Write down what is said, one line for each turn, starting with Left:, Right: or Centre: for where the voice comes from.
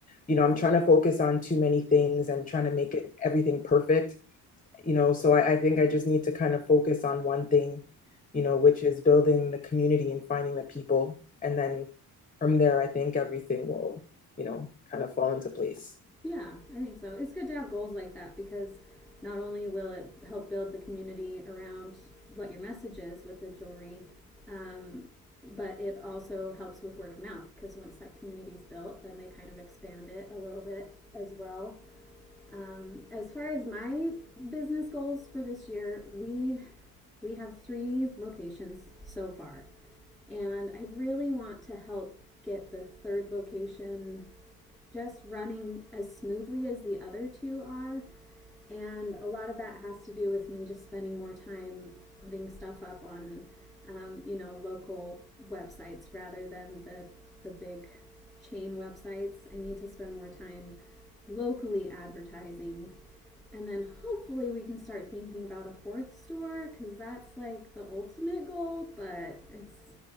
Left: you know, I'm trying to focus on too many things and trying to make it everything perfect, you know. So I, I think I just need to kind of focus on one thing, you know, which is building the community and finding the people. And then from there, I think everything will, you know, kind of fall into place.
Centre: Yeah, I think so. It's good to have goals like that because not only will it help build the community around what your message is with the jewelry, um, but it also helps with word of mouth because once that community's built, then they kind of expand it a little bit as well. Um, as far as my business goals for this year, we we have three locations so far, and I really want to help get the third location just running as smoothly as the other two are, and a lot of that has to do with me just spending more time putting stuff up on, um, you know, local websites rather than the, the big chain websites. I need to spend more time locally advertising. And then hopefully we can start thinking about a fourth store because that's like the ultimate goal, but it's